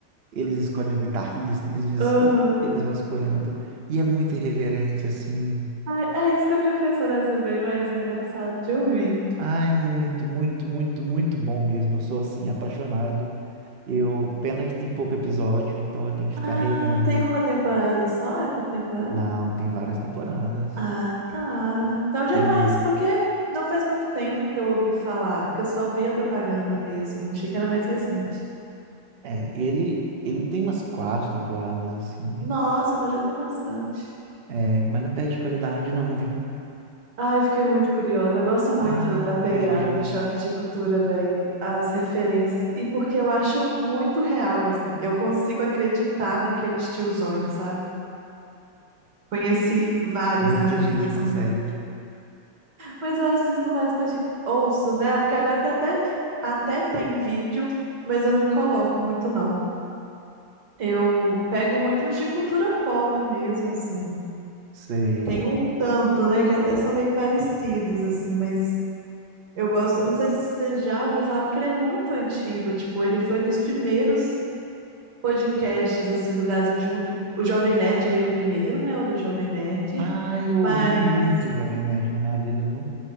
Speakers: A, on the right; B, on the right.
A: eles escolhem o guitarrista, eles, diz-
B: Aham.
A: eles vão escolhendo tudo. E é muito irreverente, assim.
B: Ai, É isso que eu fico pensando, deve ser bem mais engraçado de ouvir.
A: Ah, é muito, muito, muito, muito bom mesmo. Eu sou, assim, apaixonado. Eu, pena que tem pouco episódio, então eu tenho que ficar
B: Ah,
A: revendo.
B: tem uma temporada só? É por temporada?
A: Não, tem várias temporadas.
B: Ah, tá. Então já
A: Tem,
B: é mais, porque não faz muito tempo que eu ouvi falar, porque eu só vi a propaganda mesmo. Achei que era mais recente.
A: é, ele, ele tem umas quatro temporadas assim, mas
B: Nossa, então já tem bastante.
A: é, mas não perde qualidade não, viu?
B: Ai, fiquei muito curiosa. Eu gosto muito
A: Ai,
B: da pegada
A: vejo,
B: do choque de cultura, velho, as referências. E porque eu acho muito real, assim. Eu consigo acreditar naqueles tiozões, sabe? Conheci vários
A: muita
B: na vida,
A: gente
B: assim.
A: consegue.
B: Mas eu assisto mais podcast. Ouço, né? Porque agora tem até, até tem vídeo, mas eu não coloco muito, não. Eu pego muito uns de cultura pop mesmo, assim.
A: Sei.
B: Tem um tanto, né? Que até são meio parecidos, assim, mas. Eu gosto, não sei se você já ouviu falar, porque ele é muito antigo. Tipo, ele foi dos primeiros podcasts assim do Brasil junto. O Jovem Nerd veio primeiro, né? O do Jovem Nerd.
A: ah eu ouvi
B: Mas
A: muito Jovem Nerd na minha vida, viu?